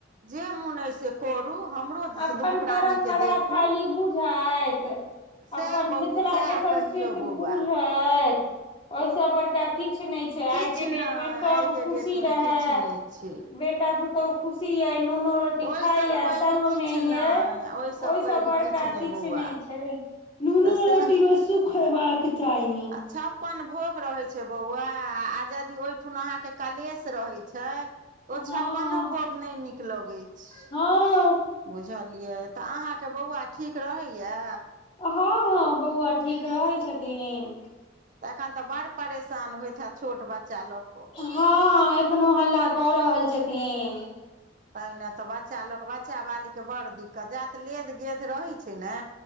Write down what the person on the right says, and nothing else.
जे मोन अइ से करू हमरो
दुनू
प्राणीके देखू
सएह
बहुत
सएह
कहियौ बौआ
किछु
नहि
आइके
डेटमे
किछु नहि छै
ओहिसन
पैघ
किछु
नहि ओहिसँ
पैघ
किछु
नहि बौआ
तऽ सएह
आ छप्पन भोग रहै छै बौआ आ जदि ओइ ठुन अहां के कलेश रहे छै ओ
छप्पनो भोग नै नीक लगे छै।
बुझलियै तऽ अहाँके बौआ ठीक रहैयै?
तऽ एखन तऽ बड़ परेशान होइत हैत छोट बच्चा लक।
तैं ने तऽ बच्चा ल क बच्चा बाली के बड़ दिक्कत जात लेद गेद रहै छै नै